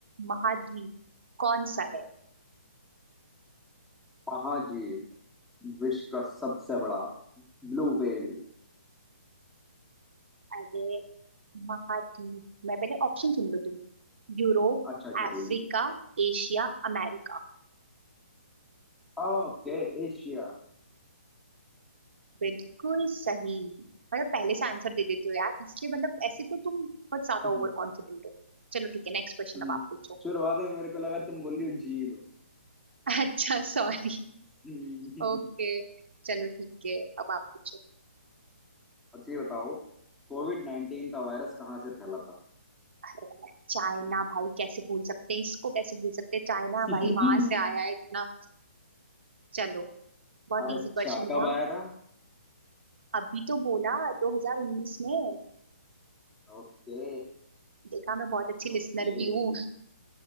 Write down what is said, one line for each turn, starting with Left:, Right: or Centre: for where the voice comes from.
Right: महाद्वीप कौन सा है
Centre: महाजीव विश्व का सबसे बड़ा ब्लू व्हेल
Right: अरे महाद्वीप मैं पहले ऑप्शन सुन लो तुम Europe
Centre: अच्छा अच्छा
Right: Africa
Centre: ठीक
Right: Asia America
Centre: है Okay Asia
Right: बिल्कुल सही मतलब पहले से आंसर दे देते हो यार इसलिए मतलब ऐसे तो तुम बहुत
Centre: <laughs>
Right: ज्यादा ओवर कॉन्फिडेंट हो चलो ठीक है नेक्स्ट क्वेश्चन
Centre: हम्म,
Right: अब आप पूछो
Centre: शुरुआत में मेरे को लगा तुम बोल रही हो जीभ <laughs>
Right: <laughs> अच्छा सॉरी
Centre: हम्म,
Right: ओके चलो ठीक है अब आप पूछो
Centre: अच्छा ये बताओ कोविड नाइन्टीन का वायरस कहाँ से फैला था
Right: अरे चाइना भाई कैसे भूल सकते हैं इसको कैसे भूल सकते हैं चाइना
Centre: <laughs>
Right: भाई वहां से आया है इतना चलो बहुत
Centre: अच्छा
Right: इजी क्वेश्चन
Centre: कब
Right: था
Centre: आया था
Right: अभी तो बोला 2019 में
Centre: ओके
Right: देखा मैं बहुत अच्छी लिसनर
Centre: ओके
Right: भी हूँ